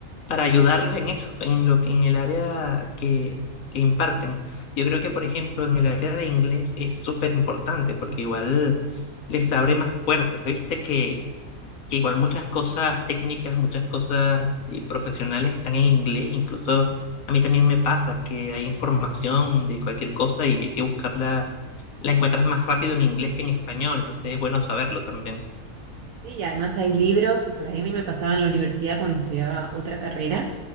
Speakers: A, on the left; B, on the right.
A: para ayudarlos en eso, en lo, que- en el área que, que imparten. Yo creo que, por ejemplo, en el área de inglés es súper importante porque igual les abre más puertas. Viste que Igual muchas cosas técnicas, muchas cosas eh, profesionales están en inglés, incluso a mí también me pasa que hay información de cualquier cosa y hay que buscarla, la encuentras más rápido en inglés que en español, entonces es bueno saberlo también.
B: Sí, y además hay libros, por ahí a mí me pasaba en la universidad cuando estudiaba otra carrera,